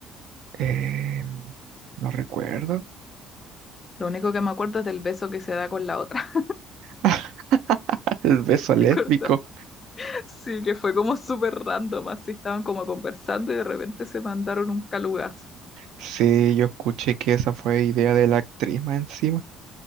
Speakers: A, on the right (about 75°); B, on the left (about 30°).
A: Eh, no recuerdo.
B: Lo único que me acuerdo es del beso que se da con la otra,
A: <laughs> El beso
B: <laughs>
A: lésbico.
B: ¿recuerdas? Sí, que fue como súper random, así estaban como conversando y de repente se mandaron un calugazo.
A: Sí, yo escuché que esa fue idea de la actriz más encima.